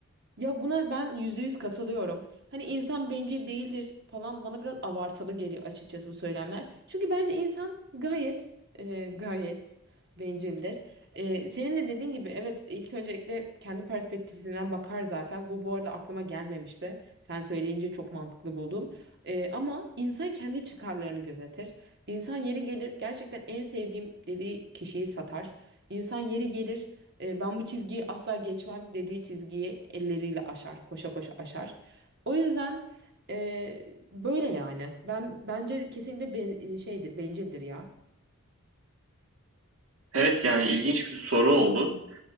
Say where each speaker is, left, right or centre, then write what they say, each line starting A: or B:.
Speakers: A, on the right; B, on the right.
A: Ya buna ben %100 katılıyorum. Hani insan bencil değildir falan bana biraz abartılı geliyor açıkçası bu söylemler. Çünkü bence insan gayet e, gayet bencildir. E, senin de dediğin gibi evet ilk öncelikle kendi perspektifinden bakar zaten. Bu bu arada aklıma gelmemişti. Sen söyleyince çok mantıklı buldum. E, ama insan kendi çıkarlarını gözetir. İnsan yeri gelir gerçekten en sevdiğim dediği kişiyi satar. İnsan yeri gelir e, ben bu çizgiyi asla geçmem dediği çizgiyi elleriyle aşar, koşa koşa aşar. O yüzden e, böyle yani. Ben bence kesinlikle ben- e, şeydir, bencildir ya.
B: Evet yani ilginç bir soru oldu.